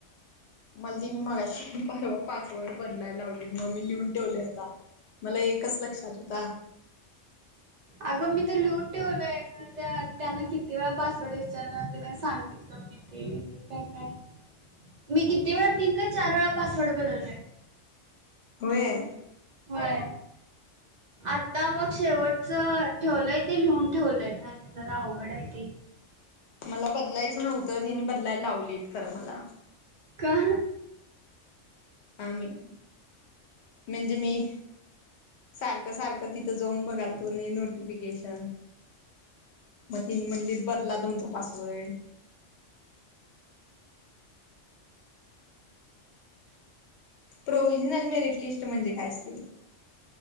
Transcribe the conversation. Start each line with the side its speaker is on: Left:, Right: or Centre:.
Left: मला त्यानी मगाशी परवा पासवर्ड बदलाय लाव मग मी लिहून ठेवलय आता. मला एकच लक्षात हुता.
Right: अगं मी तर लिहुन ठेवलय <unintelligible> त्यांना किती वेळा पासवर्ड विचारला, <unintelligible> सांगितलं मी ते काय काय मी किती वेळा तीन का चार वेळा पासवर्ड बदलाय.
Left: व्हय?
Right: व्हय. आता मग शेवट च ठेवलंय ते लिहून ठेवलंय आणि जरा अवघड हाय ते.
Left: मला बदलायचं नव्हतं तेनी बदलाय लावलीत खरं मला.
Right: का?
Left: काय माहित. म्हणजे मी सारखं सारखं तिथं जाऊन बघालतो नी नोटिफिकेशन मग तेनी म्हणलेत बदला तुमचा पासवर्ड. प्रोव्हिजनल मेरिट लिस्ट म्हणजे काय असतय?